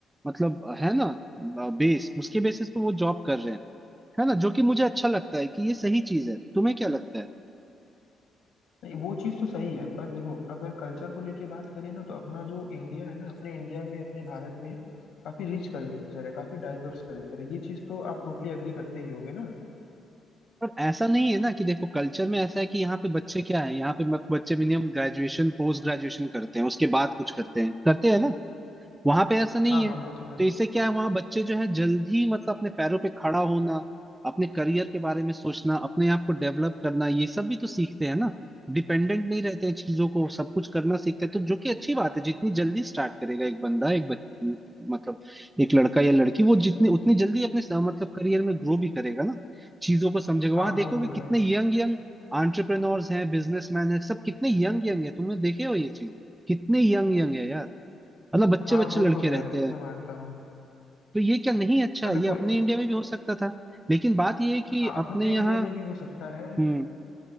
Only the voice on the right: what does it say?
मतलब है ना बेस उसके बेसिस पे वो जॉब कर रहे हैं है ना जो कि मुझे अच्छा लगता है कि ये सही चीज है तुम्हें क्या लगता है
पर ऐसा नहीं है ना कि देखो कल्चर में ऐसा है कि यहाँ पे बच्चे क्या है यहाँ पे मत- बच्चे मिनिमम ग्रेजुएशन पोस्ट ग्रेजुएशन करते हैं उसके बाद कुछ करते हैं करते हैं ना वहां पे ऐसा नहीं
है
तो इससे क्या है वहां बच्चे जो है जल्दी मतलब अपने पैरों पे खड़ा होना अपने करियर के बारे में सोचना अपने आप को डेवलप करना ये सब भी तो सीखते हैं ना डिपेंडेंट नहीं रहते हैं चीजों को सब कुछ करना सीखते हैं तो जो कि अच्छी बात है जितनी जल्दी स्टार्ट करेगा एक बंदा एक बच, मतलब एक लड़का या लड़की वो जितनी उतनी जल्दी अपने स- मतलब करियर में ग्रो भी करेगा ना चीजों को समझेगा
वहां देखोगे
कितने
यंग यंग एंटरप्रेन्योर्स हैं बिजनेसमैन हैं सब कितने यंग यंग है तुमने देखे हो ये चीज कितने यंग यंग है यार मतलब बच्चे
बच्चे
लड़के
रहते
हैं
तो ये क्या नहीं अच्छा
है
ये अपने इंडिया में भी हो सकता था लेकिन बात ये है कि
अपने
यहाँ
हम्म